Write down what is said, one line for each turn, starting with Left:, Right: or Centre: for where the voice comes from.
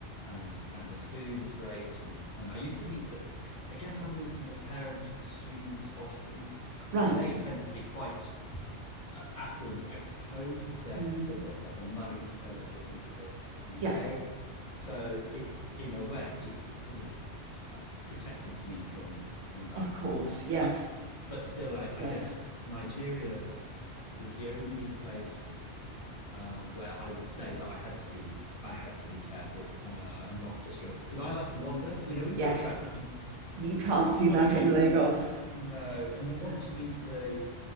Left: and and the food was great, and and I used to meet the, I guess I'm meeting the parents of the students often.
Right: right.
Left: And they tend to be quite affluent, I suppose, because they are
Right: Mm,
Left: they've got to have the money to send their children to the UK.
Right: yeah,
Left: So it, in a way, it sort of uh, protected me from from that.
Right: of course. Yes,
Left: But but still, I, I
Right: yes,
Left: guess Nigeria was the only place um, where I would say that I had to be I had to be careful uh, and not just go because I like to wander. You know, when you
Right: yes.
Left: go traveling,
Right: You can't
Left: you,
Right: do
Left: you want
Right: that
Left: to go
Right: in Lagos.
Left: no, and you want
Right: No.
Left: to meet the